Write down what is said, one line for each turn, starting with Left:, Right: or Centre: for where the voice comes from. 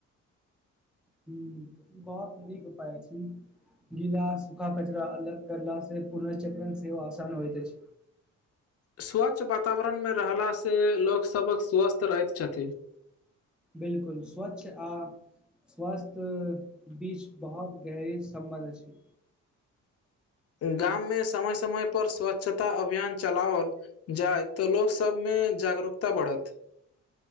Centre: हँ, ई बहुत नीक उपाय अछि। गीला आ सूखा कचड़ा अलग करलासँ पुनर्चक्रण सेहो आसान होइत अछि।
Left: स्वच्छ वातावरणमे रहलासँ लोक सभ स्वस्थ रहैत छथि।
Centre: बिलकुल स्वच्छ आ स्वास्थ बीच बहुत गहरी सम्बंध छै।
Left: गाममे समय समय पर स्वच्छता अभियान चलाओल। जाय तऽ लोक सभमे जागरूकता बढ़त।